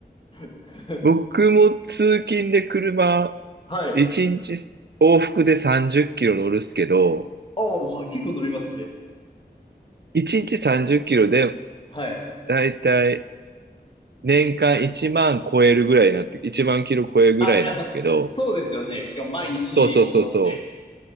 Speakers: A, on the left; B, on the right.
A: <laughs>
B: 僕も通勤で車、
A: はい。
B: 1日往復で30キロ乗るっすけど、
A: ああ、結構乗りますね。
B: 1日30キロで、
A: はい。
B: だいたい年間1万超えるぐらいになって、1万キロ超えるぐらいなんですけど、
A: あ、やっぱそうですよね。しかも毎日ほぼ乗って。
B: そうそうそうそう。